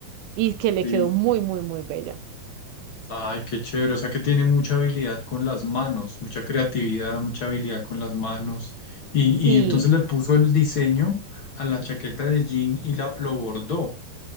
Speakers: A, on the right (about 80°); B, on the left (about 55°).
A: y que le
B: sí.
A: quedó muy, muy, muy bella.
B: Ay, qué chévere. O sea que tiene mucha habilidad con las manos, mucha creatividad, mucha habilidad con las manos. Y,
A: Sí,
B: y entonces le puso el diseño a la chaqueta de jean y la- lo bordó.